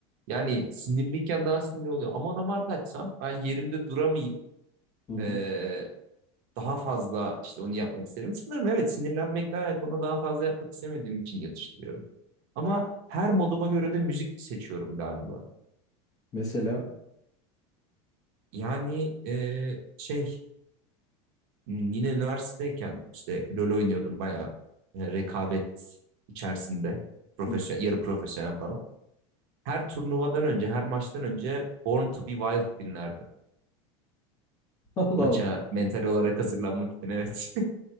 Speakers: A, on the right; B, on the left.
A: Yani sinirliyken daha sinirli oluyor. Aman amart açsam ben yerimde duramayıp
B: Hı hı.
A: e, daha fazla işte onu yapmak isterim. Sanırım evet sinirlenmekten onu daha fazla yapmak istemediğim için yatıştırıyorum. Ama her moduma göre de müzik seçiyorum galiba.
B: Mesela
A: Yani e, şey m, yine üniversitedeyken işte LoL oynuyordum bayağı e, rekabet içerisinde profesyonel,
B: Hı. <laughs>
A: yarı profesyonel falan. Her turnuvadan önce, her maçtan önce Born to be Wild dinlerdim.
B: Allah
A: Maça
B: Allah.
A: mental olarak hazırlanmak için evet.